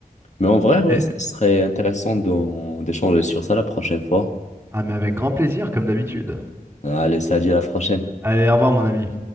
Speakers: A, on the left (about 50°); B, on the right (about 15°).
A: Mais en vrai, ouais,
B: Et-
A: ça serait intéressant d'en- d'échanger sur ça la prochaine fois.
B: ah, mais avec grand plaisir, comme d'habitude.
A: Allez, salut, à la prochaine.
B: Allez, au revoir, mon ami.